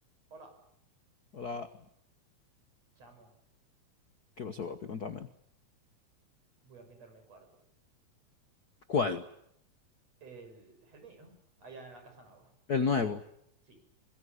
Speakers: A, on the right; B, on the left.
A: Hola,
B: Hola,
A: chamo,
B: ¿qué pasó, papi? Contame.
A: voy a pintar mi cuarto.
B: ¿Cuál?
A: El, el mío, allá en la casa nueva.
B: El nuevo,
A: Sí,